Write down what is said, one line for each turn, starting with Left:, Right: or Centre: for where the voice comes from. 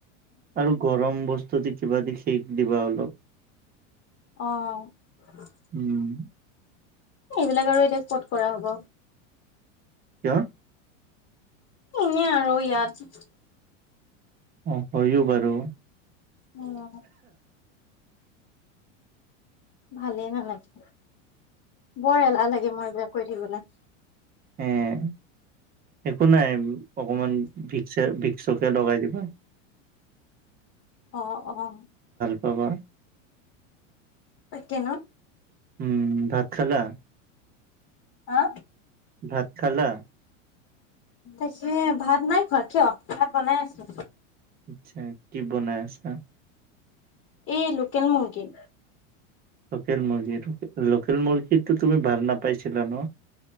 Right: আৰু গৰম বস্তু দি কিবা দি শিক দিবা অলপ।
Left: অহ।
Right: উম
Left: এইবিলাক আৰু এতিয়া ক'ত কৰা হ'ব।
Right: কিয়?
Left: এনে আৰু ইয়াত
Right: অ হয়ো বাৰু।
Left: উম। ভালেই নালাগে বৰ এলাহ লাগে মোৰ এইবিলাক কৈ থাকিবলৈ।
Right: এই একো নাই অকমান ভিকছা ভি কে লগাই দিবা।
Left: অ', অ',।
Right: তবা।
Left: তাকে ন।
Right: উম, ভাত খালা?
Left: আ?
Right: ভাত খালা?
Left: তাকে ভাত নাই খোৱা কিয় ভাত বনাই আছো।
Right: আচ্চা, কি বনাই আছা?
Left: এই লোকেল মুৰ্গী।
Right: লোকেল মুৰ্গী লোকেল মুৰ্গীটো তুমি ভাল নাপাইছিলা ন।